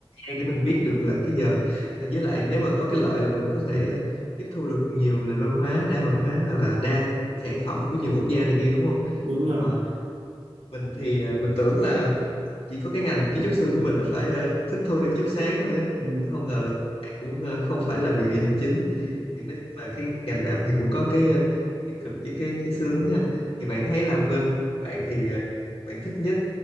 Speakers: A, on the left; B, on the right.
A: gian để mình biết được là cái giờ Ờ, với lại nếu mà có cái lợi là mình có thể ờ, tiếp thu được nhiều nền văn hóa đa văn hóa hoặc là đa sản phẩm của nhiều quốc gia này kia đúng không
B: đúng
A: còn
B: rồi
A: ờ, mình thì ờ, mình tưởng là chỉ có cái ngành kiến trúc sư của mình là phải ờ, thức thâu đêm chút sáng thôi
B: ừ.
A: đó không ngờ là cũng ờ, không phải là việc về hành chính
B: Ừ.
A: thì nói chung là cái ngành nào thì cũng có cái ờ, cái cực với cái cái sướng ha thì bạn thấy là bên bạn thì ờ, bạn thích nhất